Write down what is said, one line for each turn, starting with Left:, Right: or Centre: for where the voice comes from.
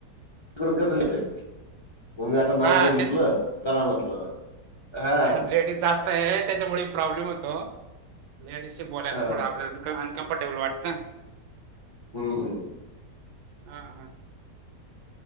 Left: करून कसंलच हाय मग मी आता नाव
Right: हा
Left: बघितलं चला म्हटलं हा
Right: ह लेडीज जास्त आहे त्याच्यामुळे प्रॉब्लेम होतो लेडीजशी बोलायला
Left: हा
Right: थोडा आपल्या का अनकॉन्फर्टेबल वाटतं
Left: हू हू
Right: हा हा